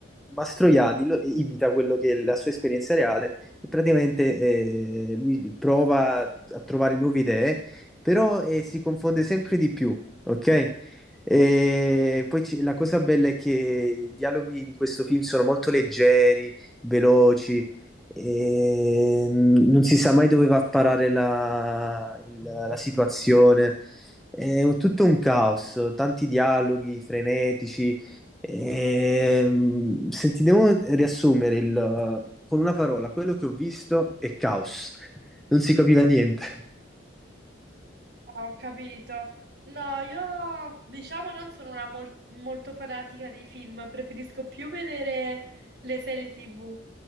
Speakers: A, in the centre; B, on the right.
A: Mastroianni lo- imita quello che è la sua esperienza reale e praticamente eh, lui prova a trovare nuove idee, però eh, si confonde sempre di più, ok? E poi ci- la cosa bella è che i dialoghi in questo film sono molto leggeri, veloci, e n- non si sa mai dove va a parare la, il- la situazione. È un- tutto un caos, tanti dialoghi frenetici Ehm, se ti devo riassumere il- con una parola, quello che ho visto è caos, non si capiva niente.
B: Ho capito. No, io diciamo non sono una mol- molto fanatica dei film, preferisco più vedere le serie TV.